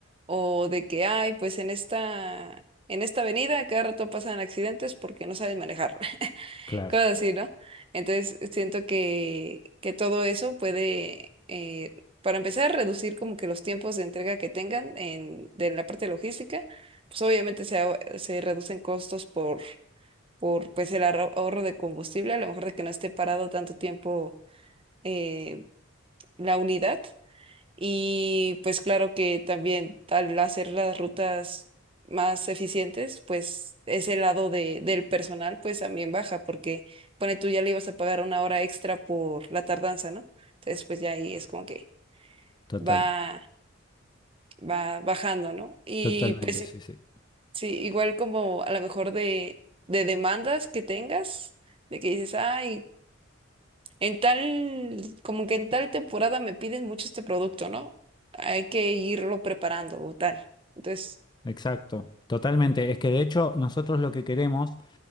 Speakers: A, on the right; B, on the left.
A: o de que, ay, pues en esta, en esta avenida cada rato pasan accidentes porque no sabes manejar
B: Claro.
A: cosas así, ¿no? Entonces siento que, que todo eso puede, eh, para empezar, reducir como que los tiempos de entrega que tengan en, de la parte logística, pues obviamente se, ahor- se reducen costos por, por pues el arro- ahorro de combustible, a lo mejor de que no esté parado tanto tiempo eh, la unidad. Y pues claro que también al hacer las rutas más eficientes, pues ese lado de, del personal pues también baja porque pone tú ya le ibas a pagar una hora extra por la tardanza, ¿no? Entonces pues ya ahí es como que
B: Total,
A: va, va bajando, ¿no? Y
B: totalmente,
A: pues sí,
B: sí, sí.
A: sí, igual como a lo mejor de, de demandas que tengas, de que dices, ay, En tal, como que en tal temporada me piden mucho este producto, ¿no? Hay que irlo preparando o tal. Entonces,
B: Exacto, totalmente. Es que de hecho nosotros lo que queremos